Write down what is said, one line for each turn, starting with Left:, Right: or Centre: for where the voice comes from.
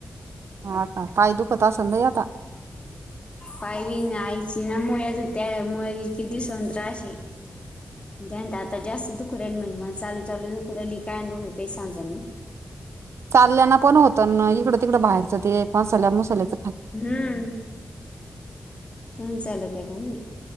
Right: हा आता पाय दुखत असल लै आता.
Left: पाहिवी ना आईची ना मुळ्या होती्या मु किती संत्रशी. <unintelligible> त्यान आता जास्त दुख राहिल म्हण मग लू चालू दुखर राहिली काय दुखरते ते सजाली <unintelligible>
Right: चालल्याना पण होतं ना इकडं तिकड बाहेरचं ते एक मासाल्या मसाल्याच.
Left: हम्म ते चालू काय पण.